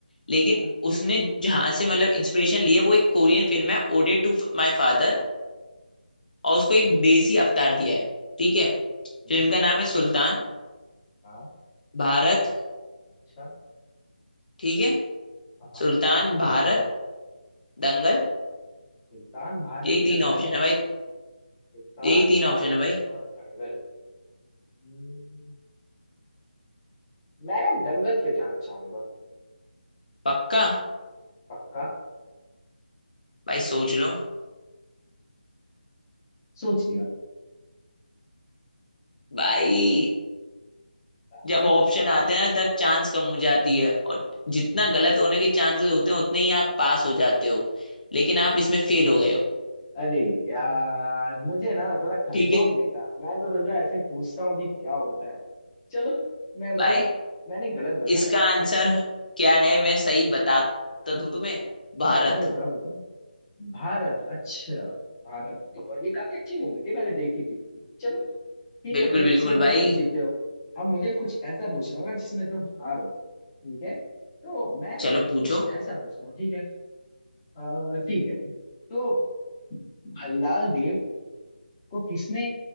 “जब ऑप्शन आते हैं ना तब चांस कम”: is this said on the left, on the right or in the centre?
Left